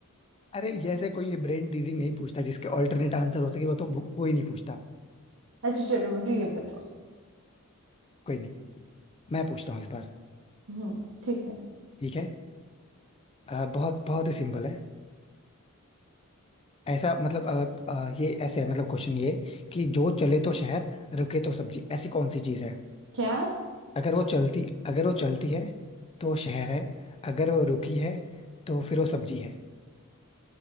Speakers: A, on the left; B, on the right.
A: अरे जैसे कोई ये ब्रेन टीजिंग नहीं पूछता जिसके ऑल्टरनेट आंसर हो सके वो तो वो- कोई नहीं पूछता
B: अच्छा चलो मुझे ये बताओ
A: कोई नहीं मैं पूछता हूँ इस बार
B: हम्म ठीक है
A: ठीक है अ, बहुत बहुत ही सिंपल है ऐसा मतलब अ, अ, ये ऐसे है मतलब क्वेश्चन ये कि जो चले तो शहर रुके तो सब्जी ऐसी कौन सी चीज है
B: क्या
A: अगर वो चलती अगर वो चलती है तो वो शहर है अगर वो रुकी है तो फिर वो सब्जी है